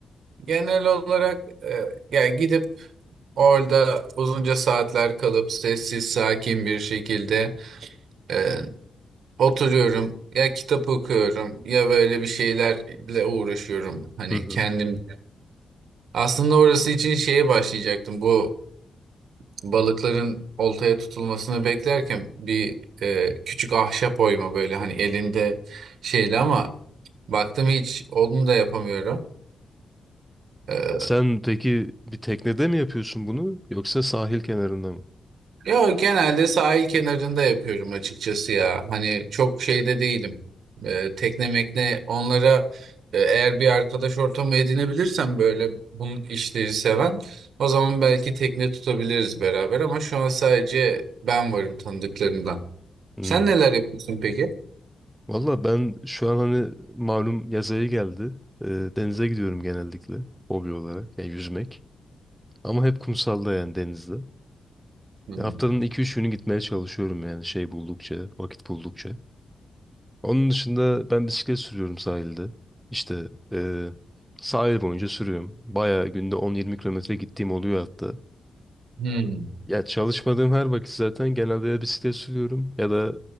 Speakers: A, on the right; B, in the centre.
A: genel olarak e, ya gidip orada uzunca saatler kalıp sessiz sakin bir şekilde e, oturuyorum. Ya kitap okuyorum ya böyle bir şeylerle uğraşıyorum. Hani
B: Hı hı.
A: kendim aslında orası için şeye başlayacaktım bu balıkların oltaya tutulmasını beklerken bir e, küçük ahşap oyma böyle hani elinde şeyle ama baktım hiç onu da yapamıyorum. E,
B: E Sen peki bir teknede mi yapıyorsun bunu yoksa sahil kenarında mı?
A: yo genelde sahil kenarında yapıyorum açıkçası ya. Hani çok şeyde değilim. E, tekne mekne onlara e, eğer bir arkadaş ortamı edinebilirsem böyle bunun işleri seven o zaman belki tekne tutabiliriz beraber ama şu an sadece ben varım tanıdıklarımdan.
B: Hmm.
A: Sen neler yapıyorsun peki?
B: Valla ben şu an hani malum yaz ayı geldi. E, denize gidiyorum genellikle hobi olarak. Yani yüzmek. Ama hep kumsalda yani denizde.
A: Hmm.
B: E, Haftanın 2-3 günü gitmeye çalışıyorum yani şey buldukça, vakit buldukça. Onun dışında ben bisiklet sürüyorum sahilde. İşte e, sahil boyunca sürüyorum. Bayağı günde 10-20 kilometre gittiğim oluyor hatta.
A: Hmm.
B: Ya çalışmadığım her vakit zaten genelde ya bisiklet sürüyorum ya da